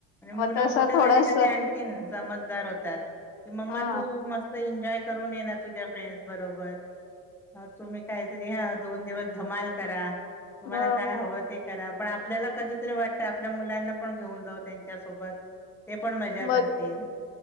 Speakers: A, on the left; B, in the centre.
A: मग
B: मुलं
A: तस
B: मोठे
A: थोडस
B: झाले की ते आणखी समजदार होतात.
A: हा
B: मम्मा तू मस्त एन्जॉ एन्जॉय करून येणार तुझ्या फ्रेंडस बरोबर तुम्ही मग काहीतरी हा दोन दिवस धमाल करा तुम्हाला
A: ह
B: काय हवं ते करा पण आपल्याला कधीतरी वाटतं आपल्या मुलांना पण घेऊन जाऊ त्यांच्यासोबत ते पण मजा
A: मग
B: करतील